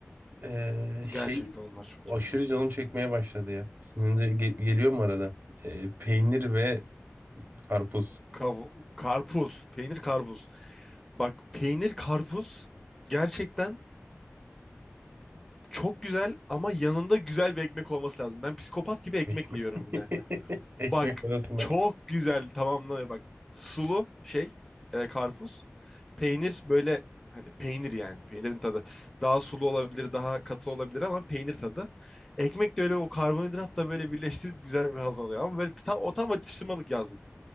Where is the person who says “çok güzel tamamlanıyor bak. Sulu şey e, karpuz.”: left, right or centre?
Centre